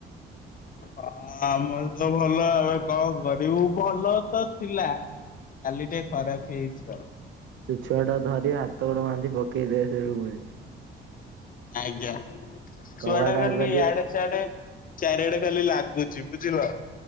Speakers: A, on the left (about 45°); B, on the right (about 70°).
A: ହଁ। ହଁ ଆମର ତ ଭଲ ଏବେ କଣ କରିବୁ ଭଲ ତ ଥିଲା। କାଲିଟା ଖରାପ ହେଇଛି।
B: ସେ ଛୁଆ ଟା ଧରି ହାତ ଗୋଡ ବାନ୍ଧି ପକେଇଦବେ ସେ ରୁରେ
A: ଆଜ୍ଞା
B: କବାଟ
A: ଶୁଆଡା ଗଲି
B: ଆଗୁଆ ଦେଇ
A: ଇଆଡ଼େ ସଆଡ଼େ ଚାରିଆଡ଼େ ଖାଲି ଲାଗୁଛି ବୁଝିଲ।